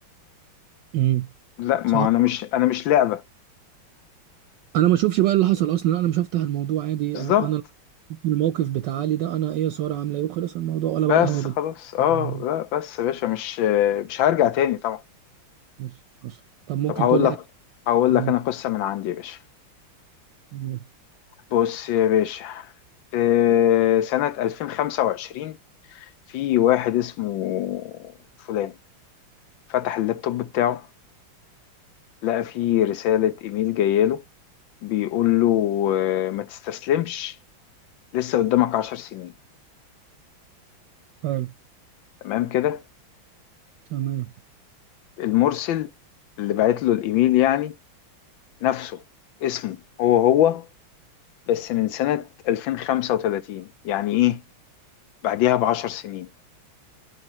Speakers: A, on the right (about 70°); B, on the left (about 70°).
A: امم
B: لا ما
A: صح
B: انا مش انا مش لعبة
A: انا ما اشوفش بقى اللي حصل اصلا انا مش هفتح الموضوع عادي
B: بالظبط
A: أم- انا الموقف بتاع علي ده انا ايه يا ساره عامله ايه وخلص الموضوع ولا
B: بس
A: بقى القهوه بت...
B: خلاص اه
A: مم.
B: لا بس يا باشا مش مش هرجع تاني طبعا
A: بص بص طب ممكن
B: طب هقول
A: تقول لي
B: لك
A: حاجه
B: هقول
A: مم.
B: لك انا قصة من عندي يا باشا
A: مم.
B: بص يا باشا في سنة 2025 في واحد اسمه فلان فتح اللابتوب بتاعه لقى في رسالة إيميل جاية له بيقول له آه، ما تستسلمش لسه قدامك عشر سنين
A: حلو
B: تمام كده
A: تمام
B: المرسل اللي بعت له الإيميل يعني نفسه اسمه هو هو بس من سنة 2035 يعني إيه بعديها بعشر سنين